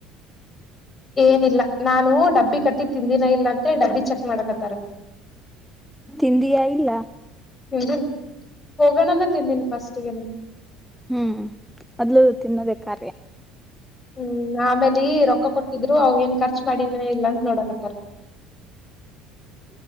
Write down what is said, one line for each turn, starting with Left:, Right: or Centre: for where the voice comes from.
Left: ಏನಿಲ್ಲ ನಾನು ಡಬ್ಬಿ ಕಟ್ಟಿ ತಿಂದಿನ ಇಲ್ಲ ಅಂತೇಳಿ ಡಬ್ಬಿ ಚೆಕ್ ಮಾಡಕತ್ತಾರ
Centre: ತಿಂದಿಯಾ ಇಲ್ಲ
Left: ಹನ್ ಹೋಗಣನ ತಿಂದೀನಿ ಫಸ್ಟ್ಗನೆ
Centre: ಹ್ಮ್ ಮೊದ್ಲು ತಿನ್ನೋದೇ ಕಾರ್ಯ
Left: ಹ್ಮ್ ಆಮೇಲೆ ರೊಕ್ಕ ಕೊಟ್ಟಿದ್ರು ಅವ ಏನ್ ಖರ್ಚು ಮಾಡಿನೇ ಇಲ್ಲ ಅಂತ ನೋಡಕಟ್ಟಾರ
Centre: <inaudible>